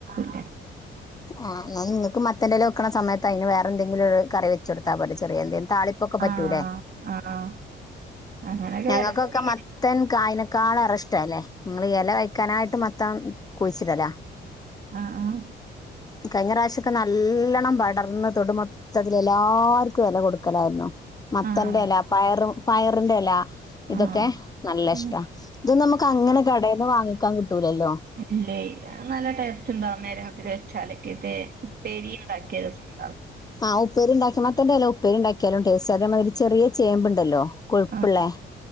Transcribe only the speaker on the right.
ണ്ടാകൂല
ആഹ് ആഹ് അങ്ങനൊക്കെ
എടക്ക് ചെയ്യും
ആഹ് ആഹ്
ആഹ്
ആഹ്
ഉം
അല്ലേയ് നല്ല ടേസ്റ്റ്ണ്ടാവും ന്നേരങ്ങത്തില് ച്ചാല് പിന്നെ ഉപ്പേരിണ്ടാക്കിയാ രസണ്ടാവും
ആഹ്